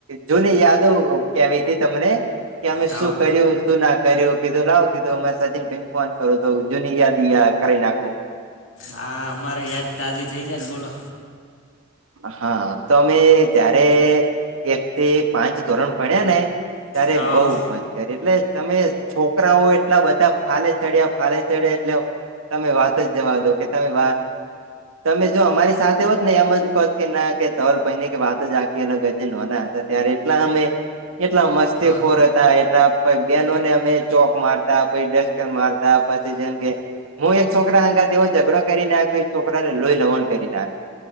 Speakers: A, on the right; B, on the left.
A: જુની યાદો કેવી ત તમને કે અમે
B: હા
A: શું કર્યું તું ના કર્યો કીધું લાવ કીધું અમે સચિન ભાઈને ફોન કરો તો જૂની યાદી કરી નાખું
B: હા અમારે યાદ તાજી થઇ જાય ને બોલો
A: હા તો અમે જયારે એક થી પાંચ ધોરણ ભણ્યા ને ત્યારે
B: હા
A: બઉ મજ કરી એટલે તમે છોકરાઓ એટલા બધા ફાલે ચડ્યા ફાલે ચડ્યા એટલે તમે વાત જ જવા દો કે તમે વાત તમે જો અમારી સાથે હોત ને એમ જ કે ના કે તલ ભાઈને કે વાત જ આખી ન ના હતા ત્યારે એટલા અમે એટલા મસ્ત
B: હા
A: કોર હતા એટલા પ બહેનોને અમે ચોક મારતા પછ ડસ્ટકર મારતા પછી જેમ કે હું એક છોકરા અંગાર એવો ઝઘડો કરીને આપ્યો એક છોકરાને લોહી લવણ કરી ના આપ